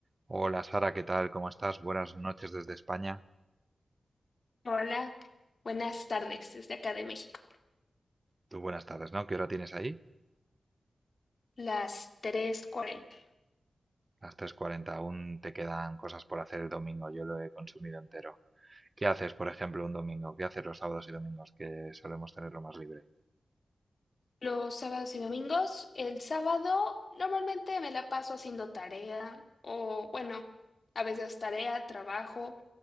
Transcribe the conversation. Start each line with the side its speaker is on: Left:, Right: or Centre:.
Right: Hola Sara, ¿qué tal? ¿Cómo estás? Buenas noches desde España.
Left: Hola, buenas tardes desde acá de México,
Right: Tú buenas tardes, ¿no? ¿Qué hora tienes ahí?
Left: las tres cuarenta.
Right: Las tres cuarenta. Aún te quedan cosas por hacer el domingo. Yo lo he consumido entero. ¿Qué haces, por ejemplo, un domingo? ¿Qué haces los sábados y domingos que solemos tenerlo más libre?
Left: Los sábados y domingos, el sábado normalmente me la paso haciendo tarea o bueno, a veces tarea, trabajo,